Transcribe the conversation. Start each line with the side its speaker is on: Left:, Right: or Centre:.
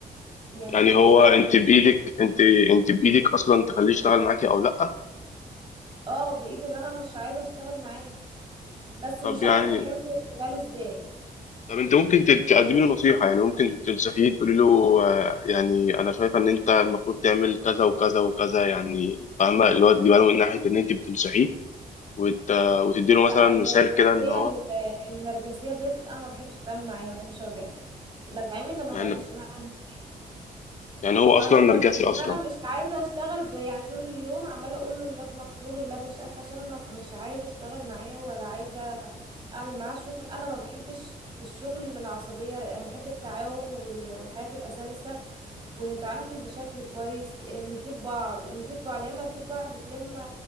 Right: يعني
Left: يعني
Right: انا مش
Left: هو
Right: عايزة
Left: انت بإيدك انت انت بإيدك اصلا تخليه يشتغل معاكي او لا
Right: اه بايد ان انا مش عايزه اشتغل معاه بس مش
Left: طب
Right: عارفه
Left: يعني
Right: حلوه اجيبها له ازاي
Left: طب انت ممكن ت- تقدمي له نصيحة يعني ممكن تنصحيه تقولي له آه، يعني انا شايفة ان انت المفروض تعمل كذا وكذا وكذا يعني فاهمة اللي هو تجيبها له من ناحية ان انت بتنصحيه وت... وتدي له مثلا
Right: لا
Left: مثال
Right: الشخصيه
Left: كده ان هو
Right: ال- النرجسيه ديت انا ما بحبش اتعامل معاها ما بحبش اواجهها اللي اتعامل لما اتعاملش
Left: يعني
Right: معاها نهائي.
Left: يعني هو
Right: فانا
Left: اصلا
Right: قررت
Left: نرجسي اصلا
Right: ان انا مش عايزه اشتغل ب... يعني طول اليوم عماله اقول له اللاب مكسور اللاب مش عارفه عشان ما... مش عايزه اشتغل معاه ولا عايزه اعمل معاه شغل انا ما بحبش في الشغل العصبيه انا بحب التعاون وال... والحياه تبقى سلسه ونتعامل بشكل كويس إيه، نفيد بعض نفيد بعض لما نفيد بعض لما